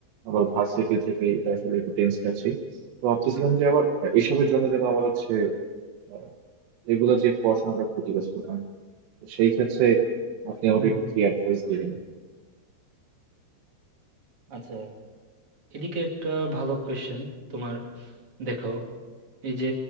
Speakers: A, on the right (about 85°); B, on the right (about 35°).
A: আবার ভার্সিটি থেকে এটা আসলে একটু টেন্সড আছি তো ভাবতেছিলাম যে আবার এসবের জন্য যেন আমার হচ্ছে আহ, এগুলো যে পড়াশোনাটা ক্ষতিগ্রস্ত না হয়। তো সেই ক্ষেত্রে আপনি আমাকে
B: হুম
A: একটু
B: হুম
A: কি অ্যাডভাইস দিবেন
B: আচ্ছা এদিকে একটা ভালো কোয়েশ্চেন তোমার দেখো এই যে